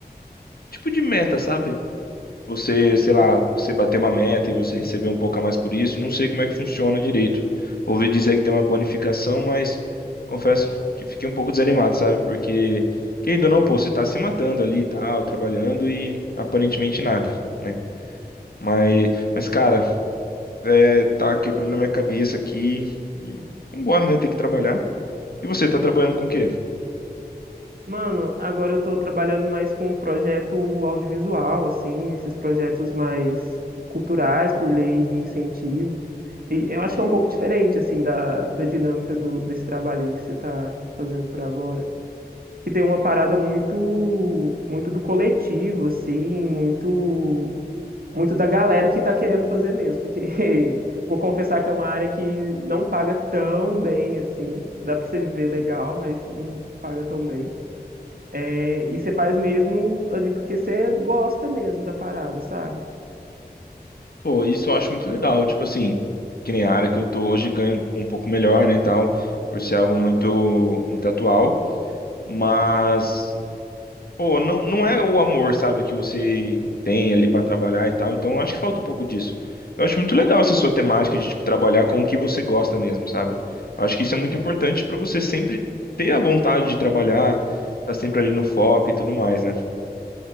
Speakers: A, on the left; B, on the right.
A: tipo de meta, sabe? você,
B: Isso
A: sei lá, você bater uma meta e você receber um pouco a mais por isso. Não sei como é que funciona direito. Ouvi dizer que tem uma bonificação, mas confesso que fiquei um pouco desanimado, sabe? Porque, querendo ou não, pô, você tá se matando ali e tal, trabalhando e aparentemente nada, né? Mas, mas cara, é, tá quebrando a minha cabeça aqui e vambora, né? Tem que trabalhar. E você, tá trabalhando com o quê?
B: Mano, agora eu tô trabalhando mais com um projeto audiovisual, assim, esses projetos mais culturais por lei de incentivo. E eu acho que é um pouco diferente, assim, da, da dinâmica do, desse trabalho aí que você tá fazendo por agora. Que tem uma parada muito, muito do coletivo, assim, muito, muito da galera que tá querendo fazer mesmo. Porque <laughs> vou confessar que é uma área que não paga tão bem, assim. Dá pra você viver legal, mas não paga tão bem. É, E você faz mesmo ali porque você gosta mesmo da parada, sabe?
A: Pô, isso eu acho muito legal. Tipo assim, que nem a área que eu tô hoje ganho um um pouco melhor, né, e tal, por ser algo muito, muito atual. Mas, pô, não, não é o amor, sabe, que você tem ali pra trabalhar e tal. Então, eu acho que falta um pouco disso. Eu acho muito legal essa sua temática de, tipo, trabalhar com o que você gosta mesmo, sabe? Eu acho que isso é muito importante pra você sempre ter a vontade de trabalhar, tá sempre ali no foco e tudo mais, né?